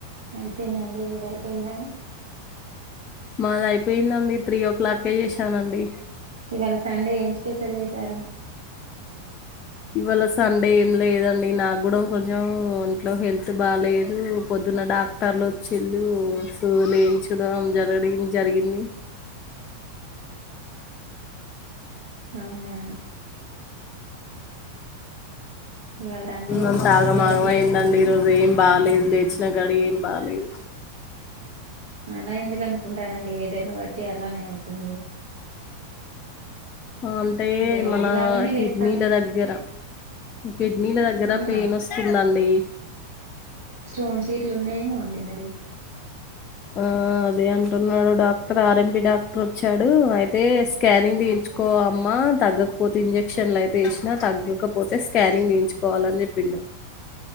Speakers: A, on the right; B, on the left.
A: అయిపోయిందండి మీరు అయిపోయిందా
B: మాది అయిపోయిందండి త్రీ ఓ క్లాకే చేశానండి
A: ఇవాళ సండే ఏం స్పెషల్ చేశారు
B: ఇవాళ సండే ఏం లేదండి నాకు కూడా కొంచెం ఇంట్లో హెల్త్ బాగాలేదు పొద్దున్న డాక్ట టర్లు వచ్చిల్లు సూదులేయించడం జరగడం జరిగింది
A: అవునా ఇవాళ సండే ఫుల్
B: అంత ఆగమాగం
A: ఎంజాయ్ పిల్లలకి
B: అయిందండి ఈరోజు ఏం బాలేదు లేచిన గడియా ఏం బాలేదు
A: అలా ఎందుకను అనుకుంటారండి వెదర్ను బట్టి అలానే అవుతుంది
B: అంటే
A: ఇంక రోజులాగానే
B: మన
A: లేస్తాం
B: కిడ్నీల దగ్గర కిడ్నీల దగ్గర
A: అవునా
B: పెయిన్ వస్తు దండి
A: స్టోన్స్ గిట్ల ఉన్నాయేమో అండి మరి
B: ఆ అదే అంటున్నాడు డాక్టర్ ఆర్ఎంపి డాక్టర్ వచ్చాడు అయితే స్కానింగ్ తీంచుకో అమ్మా తగ్గకపోతే ఇంజెక్షన్లు అయితే ఎంత ఏసిన తగ్గకపోతే స్కానింగ్ తీయించుకోవాలని చెప్పిండు